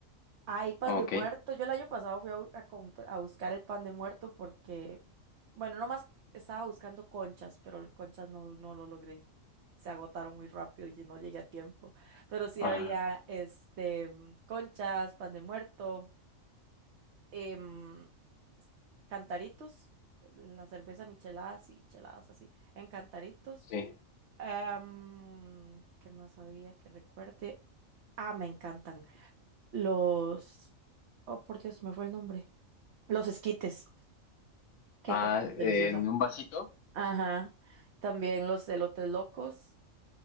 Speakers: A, on the right; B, on the left.
A: Hay pan
B: Ok.
A: de muerto. Yo el año pasado fui a, bu- a compr- a buscar el pan de muerto porque, bueno, nomás estaba buscando conchas, pero el conchas no, no lo logré. Se agotaron muy rápido y no llegué a tiempo. Pero sí
B: Ah,
A: había este mm, conchas, pan de muerto, em, s- cantaritos, em, la cerveza micheladas y cheladas así, en cantaritos.
B: sí.
A: Em, ¿qué más había que recuerde? Ah, me encantan. Los... Oh, por Dios, me fue el nombre. Los esquites, qué
B: Ah,
A: cosa tan deliciosa.
B: en un vasito,
A: Ajá. También los elotes locos,